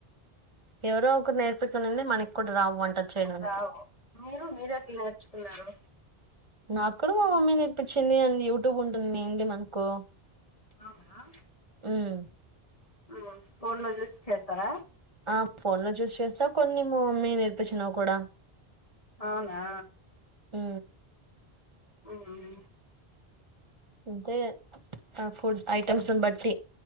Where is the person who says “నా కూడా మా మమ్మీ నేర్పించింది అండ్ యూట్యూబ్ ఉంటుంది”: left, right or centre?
Right